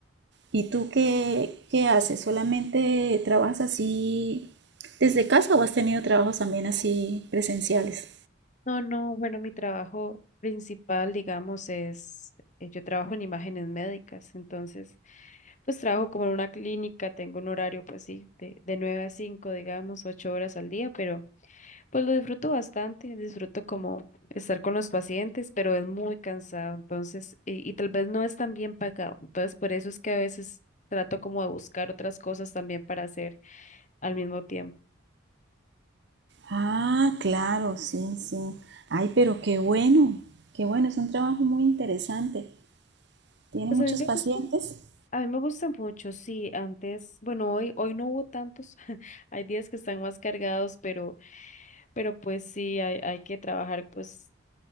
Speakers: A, on the right; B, on the left.
A: ¿Y tú qué, qué haces? ¿Solamente trabajas así desde casa o has tenido trabajos también así presenciales?
B: No, no, bueno, mi trabajo principal, digamos, es, eh, yo trabajo en imágenes médicas, entonces, pues trabajo como en una clínica, tengo un horario, pues sí, de, de 9 a 5 digamos, ocho horas al día, pero Pues lo disfruto bastante, disfruto como estar con los pacientes, pero es muy cansado, entonces, y, y tal vez no es tan bien pagado. Entonces, por eso es que a veces trato como de buscar otras cosas también para hacer al mismo tiempo.
A: Ah, claro, sí, sí. Ay, pero qué bueno, qué bueno, es un trabajo muy interesante. ¿Tiene
B: Pues
A: muchos
B: a mí me
A: pacientes?
B: gusta, a mí me gusta mucho, sí, antes, bueno, hoy, hoy no hubo tantos, <laughs> hay días que están más cargados, pero, pero pues sí, hay, hay que trabajar pues